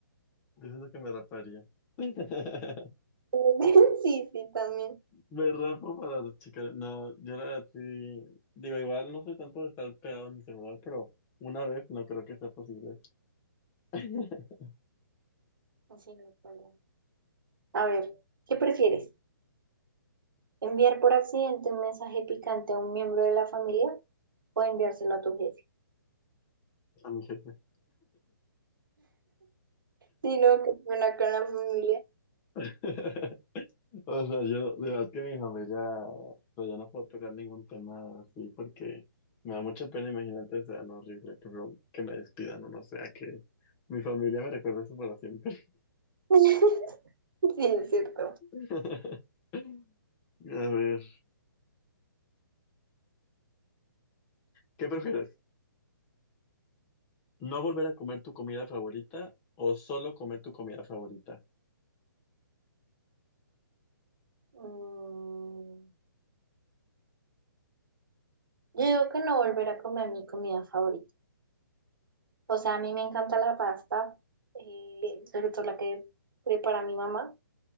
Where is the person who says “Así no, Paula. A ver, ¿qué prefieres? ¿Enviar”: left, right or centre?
Right